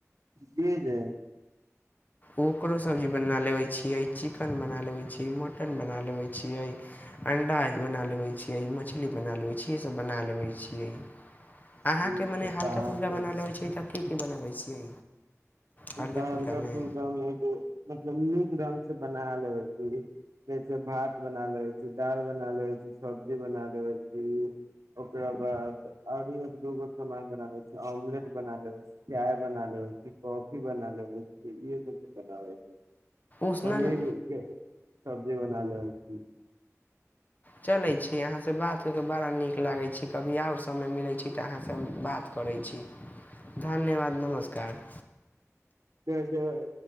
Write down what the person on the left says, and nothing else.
ओकरो सब्जी बना लेबै छियै, चिकेन बना लबै छियै, मटन बना लेबै छियै। अण्डा के बना लेबै छियै, मछली बना लेबै छियै, इहे सब बना लेबै छियै। अहाँ
के मने
हल्का-फुल्का
बना लेबै छीयै तऽ की-की बनाबै छियै। हल्के
फुल्कामे
उसनल
चलय छी अहाँ से बात करके बड़ा नीक लागै छै कभी और समय मिलय छै तऽ अहाँ से हम बात करय छी। धन्यवाद, नमस्कार।